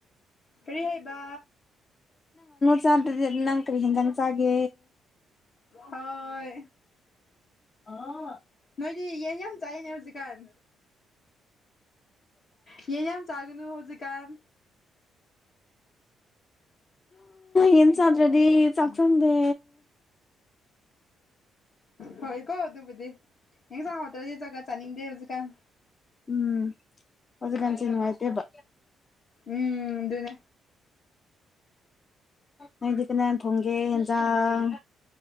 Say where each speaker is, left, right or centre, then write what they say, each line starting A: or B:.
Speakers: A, on the left; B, on the left.
A: ꯐꯔꯤ ꯍꯥꯏꯩꯕ
B: ꯁꯥꯟꯇꯗꯤ ꯅꯪ ꯀꯔꯤ ꯍꯖꯪ ꯆꯒꯦ
A: ꯍꯣꯏ
B: ꯑꯥ
A: ꯅꯣꯏꯗꯤ ꯌꯦꯟ ꯌꯥꯝ ꯆꯥꯏꯅꯦ ꯍꯧꯖꯤꯛꯀꯥꯟ ꯌꯦ ꯌꯥꯝ ꯌꯥꯝ ꯆꯥꯒꯅꯨ ꯍꯧꯖꯤꯛ ꯀꯥꯟ
B: ꯌꯦꯟꯁꯗ꯭ꯔꯗꯤ ꯆꯥꯛ ꯆꯪꯗꯦ
A: ꯍꯣꯏ ꯀꯣ ꯇꯨ ꯗꯤꯦ ꯍ ꯁꯉꯣ ꯇ꯭ꯔꯗꯤꯦ ꯆꯒꯠ ꯆꯥꯅꯤꯡꯗꯦ ꯍꯧꯖꯤ ꯀꯥꯟ
B: ꯎꯝ ꯍꯧꯖꯤꯛ ꯀꯥꯟꯁꯤꯅꯨꯡꯉꯥꯏꯇꯦꯕ
A: ꯎꯝꯗꯨꯅꯦ
B: ꯅꯣꯏꯗꯤ ꯀꯅꯥ ꯊꯣꯡꯒꯦ ꯑꯦꯟꯖꯥꯡ